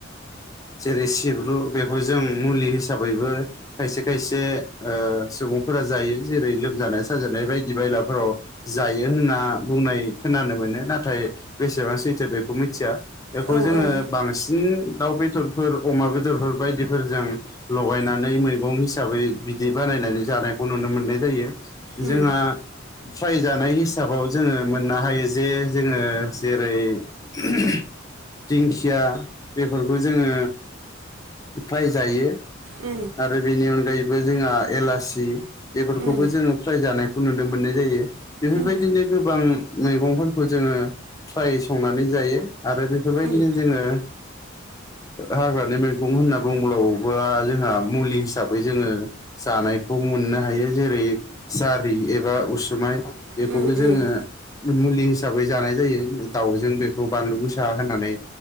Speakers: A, on the left (about 20°); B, on the right (about 80°).
A: जेरै सिब्रु बेखौ जों मुलि हिसाबैबो खायसे खायसे सुबुंफोरा जायो जेरै लोमजानाय साजानाय बायदि बायलाफोराव जायो होनना बुंनाय खोनानो मोनो नाथाय बेसेबां सैथो बेखौ मिथिया बेखौ
B: औ
A: जोङो
B: औ
A: बांसिन दाउ बेदरफोर अमा बेदरफोर बायदिफोरजों लगायनानै मैगं हिसाबै बिदि बानायनानै जानायखौ नुनो मोननाय जायो
B: उम
A: जोंहा ट्राय जानाय हिसाबाव जोङो मोननो हायो जे जोङो जेरै थेंक खुथिया बेफोरखौ जोङो फायजायो
B: उ
A: आरो बेनि अनगायैबो जोंहा एलासि बेफोरखौबो
B: उम
A: जोङो फ्राय जानायखौ नुनो मोननाय जायो बेफोरबायदिनो
B: उम
A: गोबां मैगंफोरखौ जोङो फ्राय संनानै जायो आरो बेफोरबायदिनो
B: उम
A: जोङो हाग्रानि मैगं होनना बुंङोब्ला जोंहा मुलि हिसाबै जोङो जानायखौ मोननो हायो जेरै जारि एबा उसुमाय बेखौबो
B: उम
A: जोङो
B: उम
A: मुलि हिसाबै जानाय जायो दाउजों बेखौ बानलु गोसा होनानै